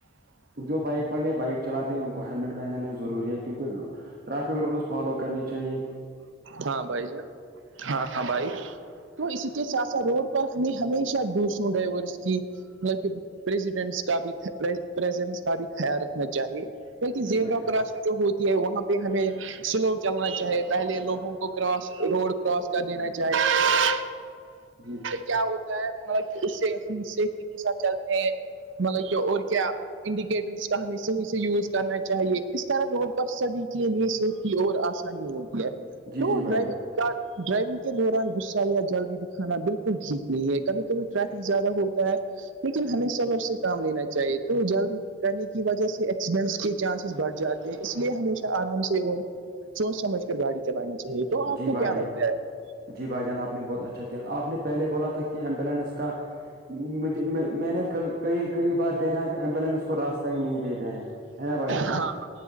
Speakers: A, on the right (about 45°); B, on the right (about 75°).
A: جو بائک والے بائک چلاتے ہیں ان کو ہیلمٹ پہنا ضروری ہے کیونکہ ٹریفک رولس فالو کرنی چاہیے
B: ہاں بھائی جان ہاں اب ائی تو اسی کے سات سات روڈ پر ہمیں ہمیشہ ڈوسوں ڈرائیورس کی مطلب کہ پریزیڈنٹس کا بھی پریزنس کا بھی خیال رکھنا چاہیے کیکہ
A: جی
B: زیورا
A: بھائی جان
B: کراش جو ہوتی ہے وہاں پہ ہمیں سلو چلنا چاہے پہلے لوگ کواس روڈ کراس کر دینا چاہی
A: جی
B: کیا ہوتا مطلب کہ اس سے ہم سیفٹی کے ساتھ چلتے ہیں مطلب کہ اور کیا انڈیکیٹرس کا ہم صیح سے یوز کرنا چاہیے اس طرح روڈ پر سبھی کے لیے صیف کی اور آسانی ہوتی ہے
A: جی
B: تو
A: جی بھائی
B: ڈرائیونگ
A: جان
B: کا ڈرائیونگ کے دوران غصہ یا جلدی دکھانا بالکل ٹھیک نہیں ہے کبھی کبھی ٹریفک زیادہ ہوتا ہے لیکن ہمی صبر سے کام لینا چاہیے تو جلدی کرنے کی وجہ سے ایکسیڈنٹس کے چانسز بڑھ جاتے اس لیے ہمیشہ آرام سے اور سوچ سمجھ کر گاڑی چلانی چاہیے تو آپ
A: جی
B: کو
A: بھائی
B: کیا
A: جان
B: لگتا ہے
A: جی بھائی جان آپ نے بہت اچھا کیا تھا آپ نے میں بولا تھا کہ ایمبولینس کا مجھ میں نے کبھی کئی کئی بار دیکھا ہے کہ ایمبولینس کو راستہ ہی نہیں دیتے ہیں ہے نا بھائی جان
B: ہاں